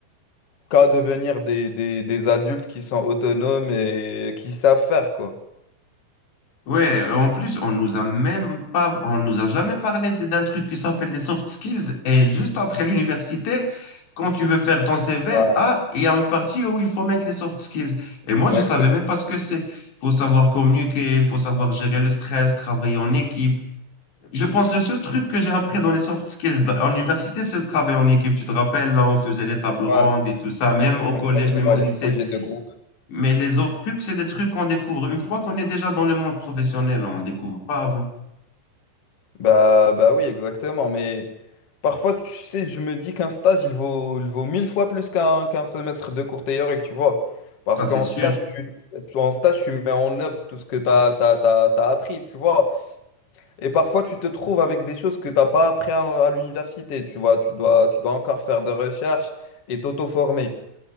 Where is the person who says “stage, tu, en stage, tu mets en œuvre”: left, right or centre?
Left